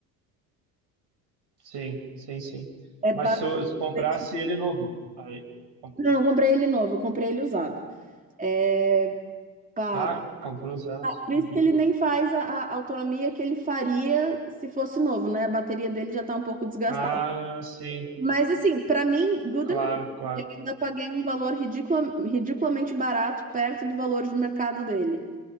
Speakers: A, on the right; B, on the right.
A: Sim, sim, sim.
B: É
A: Mas
B: bastante.
A: se eu se comprasse ele novo, aí. com-
B: Não, eu comprei ele novo, eu comprei ele usado. É, pá,
A: Ah, comprou usado.
B: Por
A: Uhum.
B: isso que ele nem faz a, a autonomia que ele faria se fosse novo, né? A bateria dele já tá um pouco desgastada.
A: Ah, sim,
B: Mas assim, pra mim, good
A: claro,
B: enough.
A: claro.
B: Eu ainda paguei um valor ridicula, ridiculamente barato, perto do valor de mercado dele.